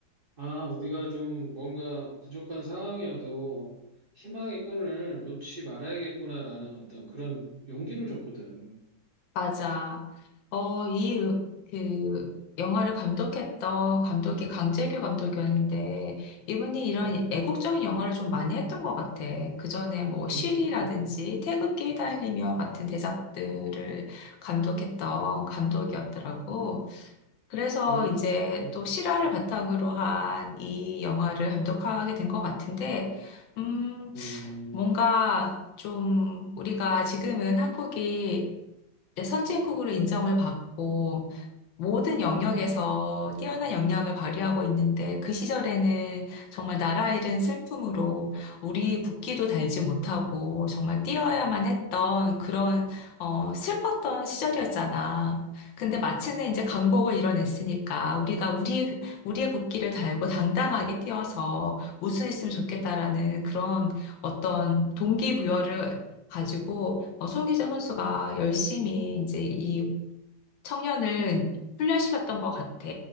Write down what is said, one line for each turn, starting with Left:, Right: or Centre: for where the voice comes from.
Right: 아, 우리가 좀 뭔가 부족한 상황이어도 희망의 끈을 놓지 말아야겠구나라는 어떤 그런 용기를 줬거든.
Left: 맞아. 어, 이, 그, 영화를 감독했던 감독이 강재규 감독이었는데, 이분이 이런
Right: 음,
Left: 애국적인 영화를 좀 많이 했던 것 같아. 그 전에 뭐, 쉬리라든지,
Right: 음,
Left: 태극기 휘날리며 같은 대작들을 감독했던 감독이었더라고.
Right: 음,
Left: 그래서
Right: 음,
Left: 이제 또 실화를 바탕으로 한 이 영화를 감독하게 된 것 같은데, 음,
Right: 음,
Left: 뭔가 좀 우리가 지금은 한국이 이제 선진국으로 인정을 받고, 모든 영역에서 뛰어난 역량을 발휘하고 있는데 그 시절에는 정말 나라 잃은 슬픔으로 우리 국기도 달지 못하고 정말 뛰어야만 했던 그런 어, 슬펐던 시절이었잖아. 근데 마침내 이제 강복을 이뤄냈으니까 우리가 우리의 우리의 국기를 달고 당당하게 뛰어서 우승했으면 좋겠다라는 그런 어떤 동기부여를 가지고 어, 손기정 선수가 열심히 이제 이 청년을 훈련시켰던 것 같아.